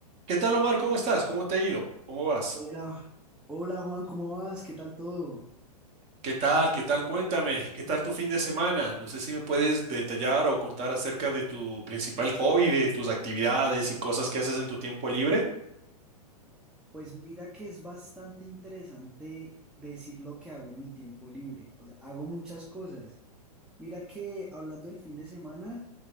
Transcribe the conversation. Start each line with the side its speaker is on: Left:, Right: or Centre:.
Right: ¿Qué tal, Omar? ¿Cómo estás? ¿Cómo te ha ido? ¿Cómo vas?
Centre: Hola, hola Juan, ¿cómo vas? ¿Qué tal todo?
Right: ¿Qué tal? ¿Qué tal? Cuéntame. ¿Qué tal tu fin de semana? No sé si me puedes detallar o contar acerca de tu principal hobby, de tus actividades y cosas que haces en tu tiempo libre.
Centre: Pues mira que es bastante interesante decir lo que hago en mi tiempo libre, o sea, hago muchas cosas. Mira que hablando del fin de semana,